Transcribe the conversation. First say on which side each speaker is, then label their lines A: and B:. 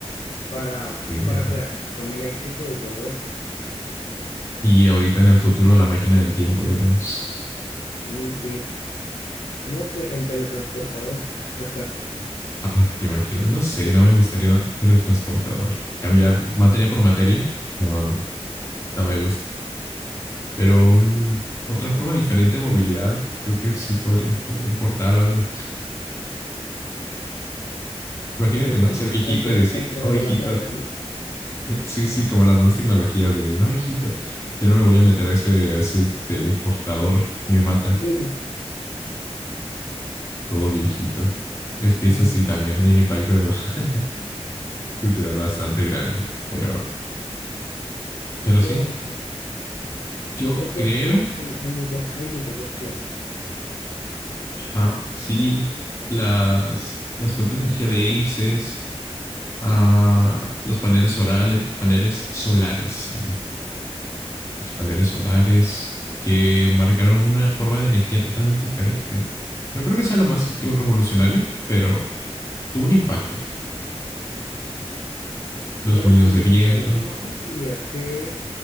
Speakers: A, on the left; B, on the left.
A: para,
B: y,
A: para
B: eh,
A: crear un sistema eléctrico y todo eso.
B: y ahorita en el futuro la máquina del tiempo, diríamos.
A: Mm, sí, no que el teletransportador. <laughs>
B: Ah, te imaginas, no sé, no me gustaría un teletransportador. Cambiar materia por materia, no, no me gusta. Pero
A: No,
B: un, otra forma diferente de movilidad, creo que sí podría, como un portal o algo. Imagínate,
A: no,
B: ¿no?
A: pues
B: Ser viejito
A: ahí te,
B: y decir,
A: ahí te dejo
B: no, hijito.
A: la tarea,
B: <laughs>
A: ¿no?
B: Sí, sí, como las nuevas tecnologías de, no, hijito, yo no me voy a meter a ese, a ese teleportador, me mata,
A: <laughs>
B: todo viejito. Es que
A: Sí,
B: eso sí, también hay un impacto <laughs> cultural bastante grande, pero, pero
A: pero
B: sí,
A: bueno, o sea,
B: yo
A: ah, es que
B: creo
A: también hay, hay muchas, hay muchas opciones.
B: Ah, sí, las, las fuentes de energía de hélices, ah, los paneles orales, paneles solares, Ale, los paneles solares que marcaron una forma de energía totalmente diferente. No creo que sea lo más revolucionario, pero tuvo un impacto. Los
A: Bueno,
B: molinos
A: sí,
B: de viento,
A: si renovamos, diría que,